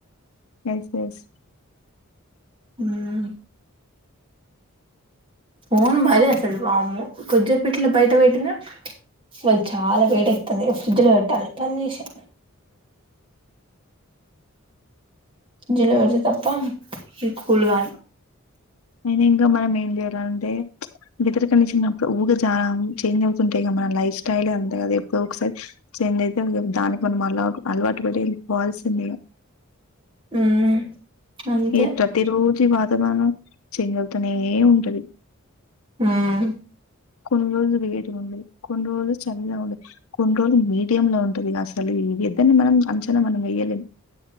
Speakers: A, on the left; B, on the right.
A: Yes, yes.
B: హ్మ్మ్. ఫోన్ మరి అసలు. వమో కొజపట్లో బయట పెట్టిన. వాళ్లు చాలా వేడెక్కుతాది, ఫ్రిడ్జ్‌లో పెట్టాలి బన్ జేసి. ఫ్రిడ్జ్‌లో పెడితే తప్ప, ఇది కూల్ కాదు?
A: అయినా ఇగా మనం ఏం జేయాలంటే? వెదర్ కండిషన్ప్పుడు, ఊగే చాలా చేంజ్ అవుతుంటాయి కదా? మనల్ని. లైఫ్ స్టైల్ ఏ అంటే, అది ఎప్పుడో ఒకసారి చేంజ్ అయితే, ఇగ దానికి కొని మటాద్ అలవాటు పడే వెళ్లిపోవాల్సిందే.
B: <inaudible> మ్మ్ అంతే
A: ఈ ప్రతిరోజ, ఈ వాత్. దా మనం చేంజ్ అవుతూనే ఉంటది.
B: ఉమ్.
A: కొన్ని రోజులు వేడిగా ఉండే, కొన్ని రోజులు చల్లగా ఉండే, కొన్ని రోజులు మీడియం లో ఉండే. ఉంటది. ఇగ అసలు ఇళ్ల ఇద్దరిని మనం అంచన మనం వేయలేం.